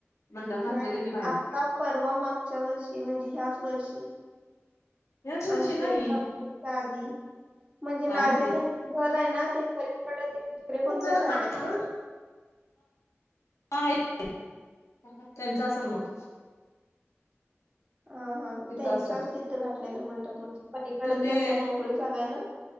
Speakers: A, on the left; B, on the right.
A: मंडप घातलेले
B: नाही
A: की बाहेर
B: आता परवा मागच्या वर्षी म्हणजे ह्याच वर्षी.
A: याच वर्षी
B: आमची
A: नाही
B: एक्झाम <unintelligible> आधी. म्हणजे
A: काय
B: नजिया
A: माहिती
B: त्यांच घर आहे ना ते पलीकडत ते दुसरे कोणतरी
A: उकळा
B: राहिला
A: काटावर
B: हायत का.
A: हा हायत की त्यांच असल मग.
B: हा हा
A: तिथं
B: त्यांच्याच
A: असेल
B: तिथं घातलेल मंडप म्हणजे पलीकड
A: तुम्ही
B: ते असं मोकळी जागा आहे ना.